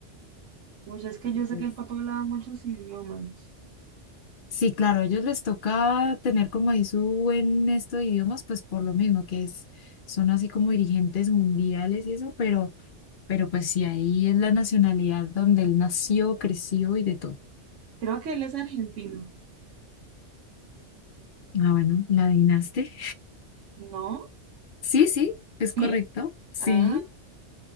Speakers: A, on the right (about 85°); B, on the left (about 55°).
A: Oye, es que yo
B: ¿Qué
A: sé que el papá hablaba muchos idiomas.
B: Sí, claro, a ellos les toca tener como ahí su buen esto de idiomas, pues por lo mismo que es, son así como dirigentes mundiales y eso, pero, pero pues sí, ahí es la nacionalidad donde él nació, creció y de todo.
A: Creo que él es argentino.
B: Ah, bueno, ¿la adivinaste?
A: ¿No?
B: Sí, sí, es
A: ¿Sí?
B: correcto. Sí,
A: Ah,